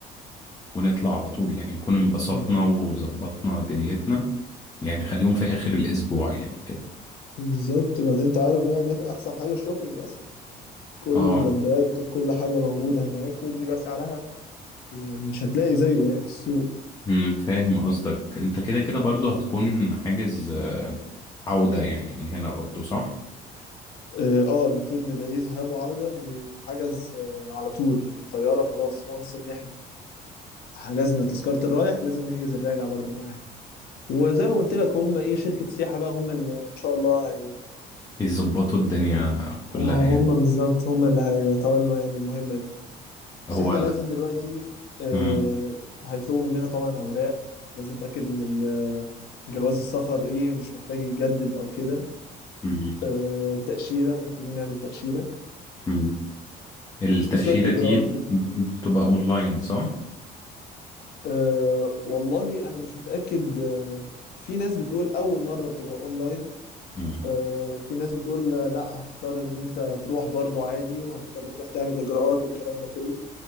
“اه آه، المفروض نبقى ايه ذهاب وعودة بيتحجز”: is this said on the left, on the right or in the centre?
Left